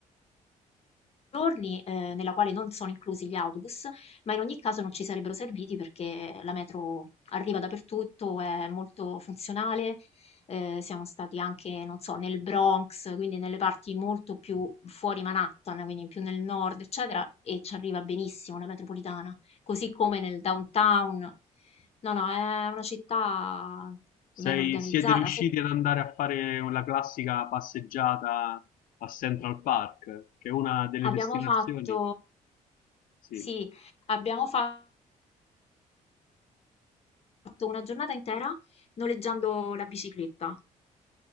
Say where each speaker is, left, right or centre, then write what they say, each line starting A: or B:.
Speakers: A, on the left; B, on the left.
A: giorni, ehm, nella quale non sono inclusi gli autobus, ma in ogni caso non ci sarebbero serviti perché la metro arriva dappertutto, è molto funzionale. Eh, siamo stati anche, non so, nel Bronx, quindi nelle parti molto più fuori Manhattan, quindi più nel nord, eccetera, e ci arriva benissimo la metropolitana, così come nel downtown. No, no, è una città
B: Sei-
A: ben organizzata.
B: siete riusciti
A: Se-
B: ad andare a fare la classica passeggiata a Central Park, che è una delle
A: abbiamo
B: destinazioni?
A: fatto,
B: Sì.
A: sì, abbiamo fatto fatto una giornata intera noleggiando la bicicletta.